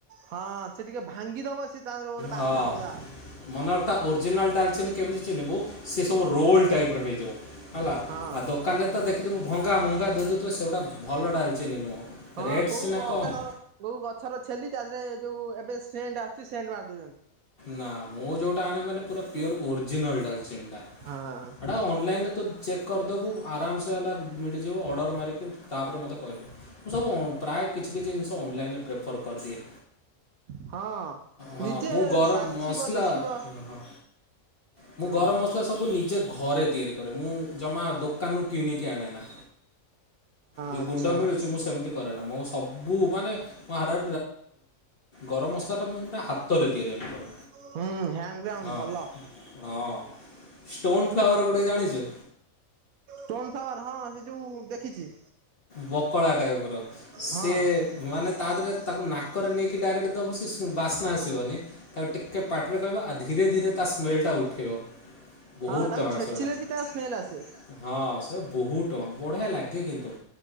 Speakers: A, on the right; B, on the left.
A: ହଁ ସେ ଟିକେ ଭାଙ୍ଗିଦବ ସେ ତାଙ୍କର ଗୋଟେ ବାସ୍ନା
B: ହଁ
A: ଅଲଗା।
B: ମନେର ଓରିଜିନାଲ୍ ଡାଲଚିନି କେମି ଚିହନିବୁ ସେ ସବୁ ରୋଲ ଟାଇପ ର ହେଇଥିବ। ହେଲା
A: ହଁ
B: ଆଉ ଦୋକାନରେ ତ ଦେଖିଥିବୁ ଭଙ୍ଗା ଭଙ୍ଗା ଦେଦଉଥିବ ସେଗୁଡ଼ା ଭଲ ଡାଲଚିନି ନୁହଁ।
A: ହଁ
B: ରେଟ୍
A: କୋଉ
B: ସିନା
A: ଅଲଗା
B: କମ୍
A: କୋଉ ଗଛର ଛେଲି ତା ଦେହେରେ ଯୋଉ ଏବେ ସେଣ୍ଟ ଆ କି ସେଣ୍ଡ ମାରିଦେଉଛନ୍ତି।
B: ନା ମୁଁ ଯେଉଁଟା ଆଣେ ମାନେ ପୁରା ପିଓର ଓରିଜିନାଲ୍ ଡାଲଚିନି ଟା
A: ହଁ
B: ହେଟା ଅନଲାଇନ ରେ ତ ଚେକ୍ କରିଦେବୁ ଆରାମସେ ଵାଲା ମିଳିଯିବ ଅର୍ଡ଼ର ମାରିକି ତାପରେ ମୋତେ କହିବୁ ମୁଁ ସବୁ ପ୍ରାୟ କିଛି କିଛି ଜିନିଷ ଅନଲାଇନ୍ରେ ପ୍ରିଫର୍ କରିଦିଏ
A: ହଁ
B: ହଁ
A: ନିଜେ
B: ମୁଁ ଗରମ
A: ବାଛିବ
B: ମସଲା
A: ଦେଖିବ
B: ହଁ ହଁ। ମୁଁ
A: ହଁ ହଁ
B: ଗରମ ମସଲା ସବୁ ନିଜେ ଘରେ ତିଆରି କରେ ମୁଁ ଜମା ଦୋକାନରୁ କିଣିକି ଆଣେନା। ଯୋଉ
A: ଆଚ୍ଛା
B: ଗୁଣ୍ଡ ମିଳୁଛି ମୁଁ ସେମିତି କରେନା ମୁଁ ସବୁ ମାନେ ମୁଁ ହାର ଗରମ ମସଲାଟା ମୁଁ ପୁରା ହାତ ତରେ ତିଆରି ଆମେ କରୁ।
A: ହୁଁ ହ୍ୟାଣ୍ଡ ଗ୍ରାଉଣ୍ଡ
B: ହଁ
A: ଭଲ
B: ହଁ ଷ୍ଟୋନ ଫ୍ଲାୱାର ଗୋଟେ ଜାଣିଛୁ?
A: ଷ୍ଟୋନ ଫ୍ଲାୱାର ହଁ ସେ ଯୋଉ ଦେଖିଛି।
B: ବକଳା ଟାଇପର ସେ
A: ହଁ
B: ମାନେ ତା ଦେହରେ ତାକୁ ନାକରେ ନେଇକି ଡାଇରେକ୍ଟ ତ ସେ ବାସ୍ନା ଆସିବନି ତା ଟିକେ ପାଟିରେ କହିବ ଧୀରେ ଧୀରେ ତା ସ୍ମେଲ ଟା ଉଠେଇିବ। ବହୁତ
A: ହଁ ତାକୁ
B: ଟଙ୍କା
A: ଛେଚିଲେ
B: ସେଗୁଡା
A: ବି ତାର ସ୍ମେଲ ଆସେ।
B: ହଁ ସେ ବହୁତ ବଢିଆ ଲାଗଗେ କିନ୍ତୁ।